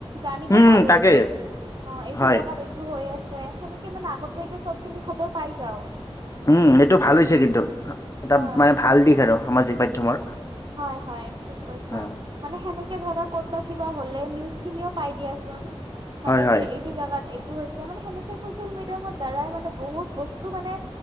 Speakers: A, on the right; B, on the left.
A: জানিব
B: উম
A: পাৰো
B: তাকে
A: যে অ এইটো
B: হয়
A: জাগাত এই টো হৈ আছে সেনেকে মানে আগতীয়াকে চব খিনি খবৰ পাই যাও।
B: উম এইটো ভাল হৈছে কিন্তু এটা
A: হয়
B: মানে ভাল দিশ আৰু সামাজিক মাধ্যমৰ।
A: হয় হয় ঠিক কৈছা।
B: অ
A: মানে সেনেকে ধৰা ক'ত বা কিবা হলে নিউজ খিনিও পাই দিয়াচোন মানে
B: হয় হয়
A: যে এইটো জাগাত এইটো হৈছে মানে সেনেকে চচিয়েল মিডিয়ামৰ দ্বাৰাই মানে বহুত বস্তু মানে